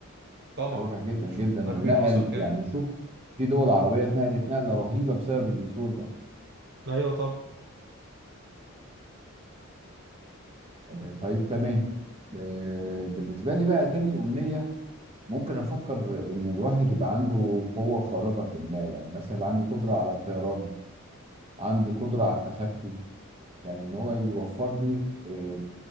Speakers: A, on the right; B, on the right.
A: طبعا
B: مربح جدا
A: شوف
B: جدا
A: البرميل
B: ونقل
A: وصل كام
B: يعني شوف في دول عربية اتنقلت نقلة رهيبة بسبب البترول ده
A: ايوه طب
B: آه، طيب تمام آه، بالنسبة لي بقى تاني أمنية ممكن أفكر إن الواحد يبقى عنده قوة خارقة ما يعني مثلا يبقى عندي قدرة على الطيران عندي قدرة على التخفي يعني إن هو يوفر لي آه،